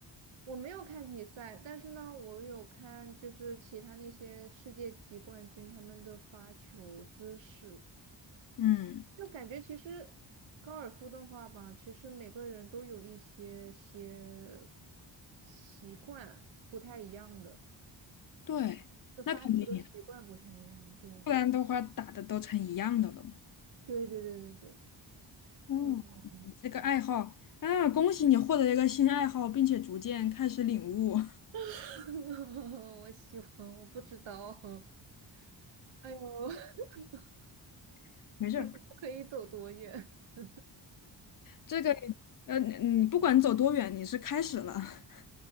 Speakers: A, on the right; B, on the left.
A: 我没有看比赛，但是呢，我有看就是其他那些世界级冠军他们的发球姿势。
B: 嗯，
A: 就感觉其实高尔夫的话吧，其实每个人都有一些些习惯不太一样的，
B: 对，
A: 就发球的习惯不太一样。
B: 那肯定呀，
A: 对，
B: 不然的话打的都成一样的了嘛。
A: 对对对对对，
B: 嗯。
A: 嗯，
B: 这个爱好啊，恭喜你获得一个新爱好，并且逐渐开始领悟。
A: <laughs> 我喜欢，我不知道，<laughs> 哎呦，<laughs>
B: <laughs> 没事儿，
A: 不知道可以走多远。<laughs>
B: 这个呃，你你不管走多远，你是开始了，<laughs>